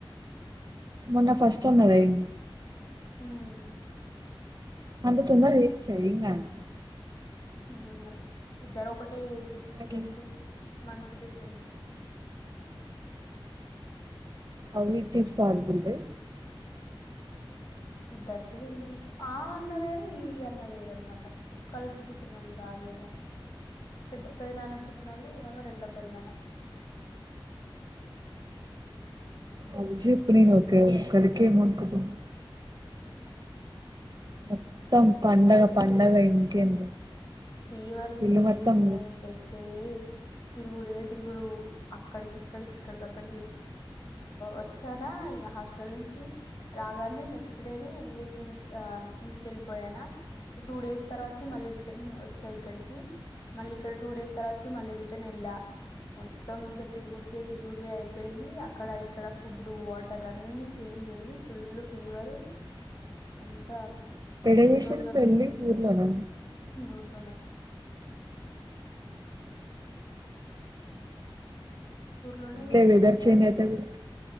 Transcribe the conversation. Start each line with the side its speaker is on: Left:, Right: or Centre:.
Right: మొన్న ఫస్ట్ ఉన్నదియింది
Left: ఉమ్
Right: అంత తొందరగా చేయచ ఏం కాదు
Left: ఏం కాదు ఇద్దరు ఒకటే ఏజ్
Right: అట్లా
Left: just months difference
Right: how it is possible రే
Left: దట్టు విల్ బి ఆ అన్న వేరు ఈ అన్న వేరు అనమాట కుక్కలకి పుట్ పుట్టినోల్లు కాదు కదా పెద్ద పెది నాన్నకి పుట్టినళ్ళు ఏలామో రెండో పెద్ద నాన్న
Right: అజ ఎప్పు నీను ఓకే ఉ కలికే అమౌంట్ కుప్పు <inaudible>
Left: ఉ
Right: మొత్తం పండగ పండగ ఇంకేంది
Left: ఫీవారు స్రీ
Right: ఇల్లు మొత్తం
Left: న కక తిరుగుడే తీరుగు అక్కడికి ఇక్కడికి ఇక్కడికి అక్కడికి వచ్చానా ఈ హాస్టల్ నుంచి రాగాని నెక్స్ట్ డే నీ ఎంగేజ్మెంట్ ఇంటి వేళ్లిపోయానా టూ డేస్ తర్వాతకి మళ్ళీ రిటర్న్ ఇచ్చా ఇక్కడికి మళ్ళీ ఇక్కడ టూ డేస్ తర్వాతకి మళ్ళీ రిటర్న్ వెళ్ళా మొత్తం ఇంకా తిరుగుడికే తిరుగుడిక అయిపోయింది అక్కడ ఇక్కడ ఫుడ్ వాటర్ అన్ని చేయి చేంజ్ అయినాయి ఫుల్ ఫీవర్ అంత
Right: ఎడ చేసిర్రు
Left: ఈ రోజు వరకు
Right: పెళ్లి ఊర్లోనా
Left: ఊర్లోనే ఊర్లోనే
Right: లీవెదర్ చేంజ్ అయితే కూడా